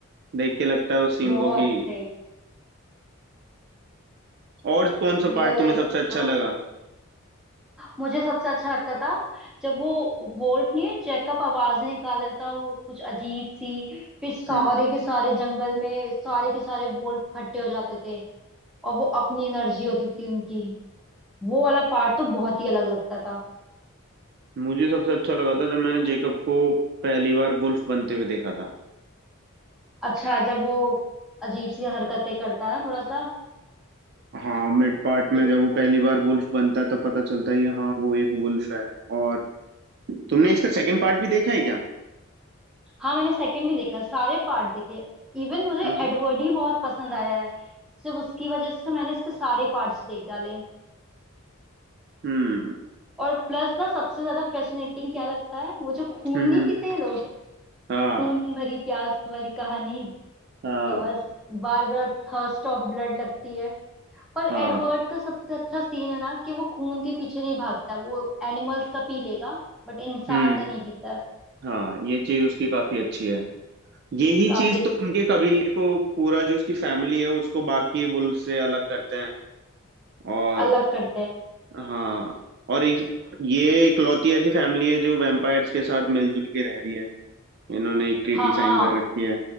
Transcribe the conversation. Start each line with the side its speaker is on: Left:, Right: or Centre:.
Right: देख के लगता है उस सीन
Centre: बहुत
Right: को कि
Centre: सही
Right: और कौन सा
Centre: रियल
Right: पार्ट
Centre: लाइफ
Right: तुम्हें सबसे अच्छा
Centre: में हो
Right: लगा
Centre: मुझे सबसे अच्छा लगता था जब वो वोल्फ नहीं है जैकब आवाज निकाल था वो कुछ अजीब सी फिर सारे
Right: हम्म
Centre: के सारे जंगल में सारे के सारे वोल्फ इकट्ठे हो जाते थे और वो अपनी एनर्जी होती थी उनकी वो वाला पार्ट तो बहुत ही अलग लगता था
Right: मुझे सबसे अच्छा लगा था जब मैंने जेकब को पहली बार वुल्फ बनते हुए देखा था
Centre: अच्छा जब वो अजीब सी हरकतें करता है ना थोड़ा सा
Right: हाँ मिड पार्ट में
Centre: ये तो
Right: जब वो
Centre: है
Right: पहली बार वुल्फ बनता है तो पता चलता है कि हाँ वो एक वुल्फ है और तुमने इसका सेकंड पार्ट भी देखा है क्या
Centre: हाँ मैंने सेकंड भी देखा सारे पार्ट देखे इवन मुझे
Right: हाँ जी
Centre: एडवर्ड ही बहुत पसंद आया है सिर्फ उसकी वजह से मैंने इसके सारे पार्ट्स देख डाले
Right: हम्म
Centre: और प्लस ना सबसे ज्यादा फैसिनेटिंग क्या लगता है वो जो खून
Right: हम्म
Centre: नहीं
Right: हम्म,
Centre: पीते हैं लोग
Right: हाँ
Centre: खून भरी प्यास वाली कहानी
Right: हाँ
Centre: कि बस बार बार थर्स्ट ऑफ ब्लड लगती है पर
Right: हाँ
Centre: एडवर्ड का सबसे अच्छा सीन है ना कि वो खून के पीछे नहीं भागता वो एनिमल्स का पी लेगा बट इंसान
Right: हम्म
Centre: का नहीं पीता है
Right: हाँ ये चीज उसकी काफी अच्छी है यही
Centre: काफी
Right: चीज
Centre: अच्छी
Right: तो उनके
Centre: है
Right: कबीले को पूरा जो उसकी फैमिली है उसको बाकी वुल्फ से अलग करते हैं और
Centre: अलग करते हैं
Right: हाँ और एक ये इकलौती ऐसी फैमिली है जो वैम्पायर्स के साथ मिलजुल के रह रही है इन्होंने एक ट्रीटी
Centre: हाँ
Right: साइन कर रखी है